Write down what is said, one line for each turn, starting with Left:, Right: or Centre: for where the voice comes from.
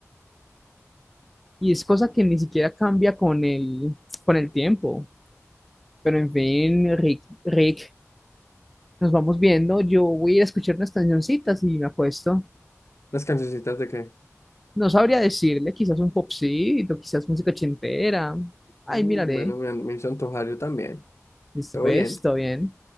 Centre: Y es cosa que ni siquiera cambia con el, con el tiempo. Pero en fin, Rick, Rick, nos vamos viendo. Yo voy a ir a escuchar unas cancioncitas y me acuesto.
Left: Las cancioncitas de que,
Centre: No sabría decirle, quizás un popcito, quizás música ochentera. Ay,
Left: mm,
Centre: miraré.
Left: bueno, me, me hizo antojar yo también.
Centre: Listo,
Left: Todo
Centre: pues,
Left: bien.
Centre: todo bien.